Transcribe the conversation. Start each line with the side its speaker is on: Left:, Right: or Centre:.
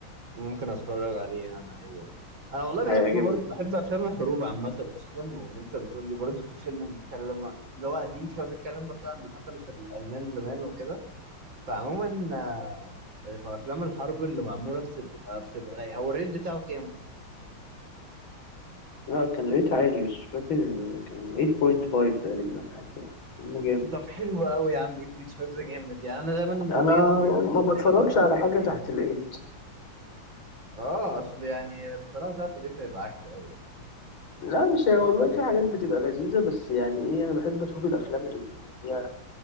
Right: ممكن اتفرج عليه انا ايوه انا والله
Left: هيعجبك
Right: بحب برضه بحب افلام الحروب عامه اصلا وان انت بتقول لي برضه الفيلم بيتكلم عن اللي هو قديم شويه بيتكلم برضه عن اللي حصل في الالمان زمان وكده فعموما آه، فافلام الحرب اللي معموله بتبقى بتبقى رايقه هو الريت بتاعه كام اصلا
Left: لا كان ريت عالي بس مش فاكر كان 8.5 تقريبا حاجة كده فيلم جامد
Right: طب حلو قوي يا عم 8.5 ده جامد يعني انا دايما لما
Left: أنا
Right: باجي اتفرج على اي
Left: ما بتفرجش
Right: فيلم بشوف
Left: على
Right: تقييمه
Left: حاجة تحت الإيد
Right: اه اصل يعني الصراحه ده في الريت هيبقى عك قوي
Left: لا مش هي والله في حاجات بتبقى لذيذة بس يعني إيه أنا بحب أشوف الأفلام اللي هي